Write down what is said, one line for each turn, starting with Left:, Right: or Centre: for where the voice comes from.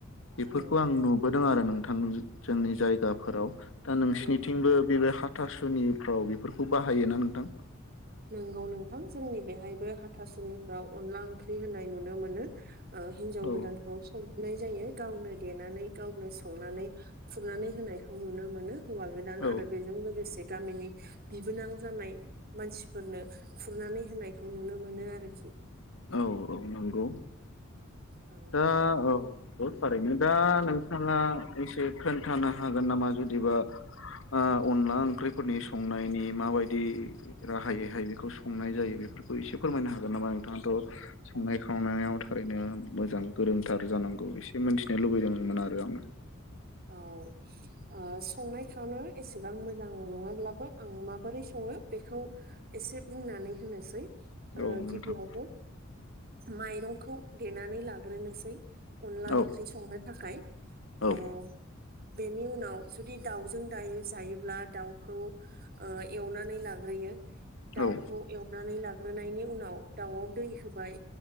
Left: बेफोरखौ
Right: औ
Left: आं नुबोदों आरो नों थां जोंनि जायगाफोराव। दा नोंसिनिथिंबो
Right: नों
Left: बेबाय हाथासु निफ्राव बेफोरखौ बाहायोना नोंथां?
Right: नंगौ नोंथां जोंनि बेहायबो हाथासुनिफ्राव अनला ओंख्रि होननाय नुनो मोनो ओ हिन्जाव
Left: औ
Right: गोदानखौ संहोनाय जायो गावनो देनानै गावनो संनानै खुरनानै होनायखौ नुनो मोनो। हौवा गोदान
Left: औ
Right: आरो बेजों लोगोसे गामिनि बिबोनां जानाय मानसि फोरनो खुरनानै होनायखौ नुनो मोनो आरोखि।
Left: औ औ नंगौ
Right: औ
Left: दा औ नोंगौ थारैनो दा नोंथाङा एसे खोन्थानो हागोन नामा जुदिबा ओ अनला ओंख्रिफोरनि संनायनि माबायदि राहायैहाय बेखौ संनाय जायो बेफोरखौ एसे फोरमायनो हागोन नामा नोथाङाथ' संनाय खावनायाव थारैनो मोजां गोरोंथार जानांगौ एसे मिथिनो लुबैदोंमोन आरो आङो
Right: औ ओ संनायखौनो एसेबां मोजां नङाब्लाबो आं माबोरै स ङो बेखौ एसे बुंनानै होनोसै ओ
Left: औ नोंथां
Right: गिबियावनो माइरंखौ देनानै लाग्रोनोसै अनला
Left: औ
Right: ओंख्रि संनो थाखाय
Left: औ
Right: ओ बेनि उनाव जुदि दाउजों दायो जायोब्ला दाउखौ ओ एवनानै ला लाग्रोयो दाउखौ
Left: औ
Right: एवनानै लाग्रोनायनि उनाव दाउआव दै होबाय